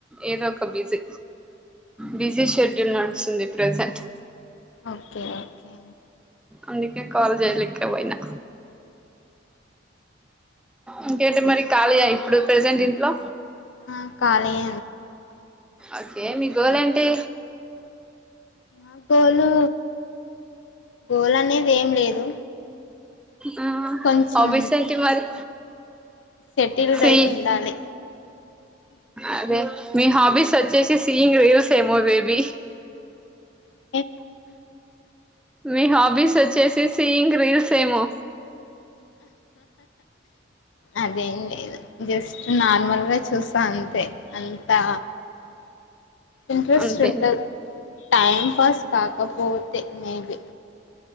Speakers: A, in the centre; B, on the left.
A: ఏదో ఒక బిజీ. బిజీ షెడ్యూల్ నడుస్తుంది ప్రెజెంట్
B: ఓకే. ఓకే.
A: అందుకే కాల్ జేయలేక పోయినా ఇంకేంటి మరి ఖాళీయా ఇప్పుడు ప్రజెంట్ ఇంట్లో
B: ఆ కాళియే
A: ఓకే మీ గోలేంటి.
B: మా గోలు గోలనేది ఏం లేదు.
A: ఆ
B: కొంచెం
A: హాబీస్ ఏంటి మరి
B: సెటిల్డ్
A: సే
B: అయి ఉండాలి
A: అదే మీ హాబీస్ వచ్చేసి సియింగ్ రీల్సేమో బేబీ
B: ఆ
A: నీ హాబీస్ వచ్చేసి సియింగ్ రీల్స్ ఏమో
B: అదేం లేదు జస్ట్ నార్మల్గా చూస అంతే అంతా ఇంట్రెస్ట్
A: అంతే
B: ఉంటుంది టైం పాస్ కాకపోతే మేబీ